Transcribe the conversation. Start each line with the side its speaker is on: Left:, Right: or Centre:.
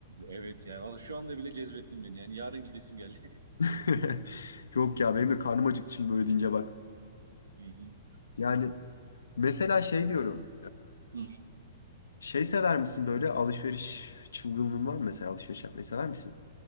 Right: Evet ya. Valla şu anda bile cezbettin beni. Yani yarın gidesim geldi.
Left: <laughs> Yok ya benim de karnım acıktı şimdi böyle deyince bak.
Right: <laughs> Hı hı.
Left: Yani mesela şey diyorum.
Right: Hı.
Left: Şey sever misin böyle alışveriş çılgınlığın var mı mesela alışveriş yapmayı sever misin?